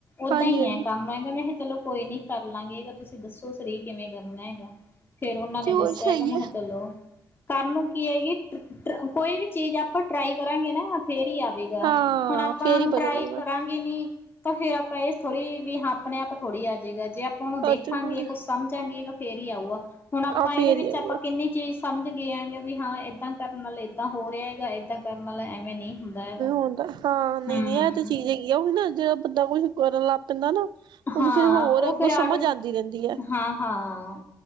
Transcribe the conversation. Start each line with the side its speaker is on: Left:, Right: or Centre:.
Left: ਓਦਾਂ
Right: ਹਾਂਜੀ
Left: ਹੀ
Right: ਹਾਂਜੀ
Left: ਐ ਕੰਮ ਹੈਗਾ ਮੈਂ ਚਲੋ ਕੋਈ ਨੀ ਕਰ ਲਾਂਗੇ। ਤੁਸੀਂ ਦੱਸੋ ਸਈ ਕਿਵੇਂ ਕਰਨਾ ਹੈਗਾ? ਫੇਰ ਉਹਨਾਂ ਨੇ
Right: ਤੇ
Left: ਦੱਸਿਆ
Right: ਹੋਰ ਸਹੀ
Left: ਹੈਗਾ। ਮੈਂ
Right: ਹੈ
Left: ਕਿਹਾ, ਚਲੋ ਕਰਨ ਨੂੰ ਕੀ ਹੈਗੀ। ਕੋਈ ਵੀ ਚੀਜ਼ ਆਪਾਂ ਟਰਾਈ ਕਰਾਂਗੇ ਨਾ ਫੇਰ ਈ ਆ।
Right: ਹਾਂ
Left: ਹੁਨ ਆਪਾਂ
Right: ਫੇਰ ਹੀ
Left: ਟਰਾਈ
Right: ਪਤਾ ਲੱਗਣਾ
Left: ਕਰਾਂਗੇ ਨੀ ਤਾਂ ਫੇਰ ਆਪਾਂ ਇਹ ਥੋੜ੍ਹੀ ਵੀ ਹਾਂ, ਆਪਣੇ ਆਪ ਥੋੜ੍ਹੀ ਆ ਜਾਏਗਾ ਜੇ ਆਪਾਂ ਨੂੰ ਦੇਖਾਂਗੇ
Right: ਆ ਤੇ ਹੋਰ
Left: ਕੁਝ ਸਮਝਾਂਗੇ। ਫੇਰ ਈ ਆਊਗਾ। ਹੁਣ ਆਪਾਂ
Right: ਆ ਫੇਰ
Left: ਇਹਦੇ ਵਿੱਚ,
Right: ਹੀ ਆਊਗਾ
Left: ਆਪਾਂ ਕਿੰਨੀ ਚੀਜ਼ ਸਮਝ ਗਏ ਆਗੇ ਵੀ ਹਾਂ, ਏਦਾਂ ਕਰਨ ਵਾਲਾ ਏਦਾਂ ਹੋ ਰਿਹਾ ਹੈਗਾ, ਏਦਾਂ ਕਰਨ ਨਾਲ ਐ ਨਈ ਹੁੰਦਾ ਹੈਗਾ।
Right: ਹਦਾ ਹਾਂ ਨਹੀਂ,
Left: ਹੂੰ
Right: ਨਹੀਂ ਇਹ ਤੇ ਚੀਜ਼ ਹੈਗੀ ਆ। ਉਹ ਨਾ ਜਾ ਬੰਦਾ ਕੁ ਕਰਨ ਲੱਗ ਪੈਂਦਾ ਨਾ। ਉਹਨੂੰ
Left: ਹਾਂ
Right: ਫੇਰ ਹੋਰ
Left: ਉਹ
Right: ਅੱਗੋਂ
Left: ਫਿਰ
Right: ਸਮਝ
Left: ਆਟੋ
Right: ਆਉਂਦੀ ਰਹਿੰਦੀ ਹੈ
Left: ਹਾਂ, ਹਾਂ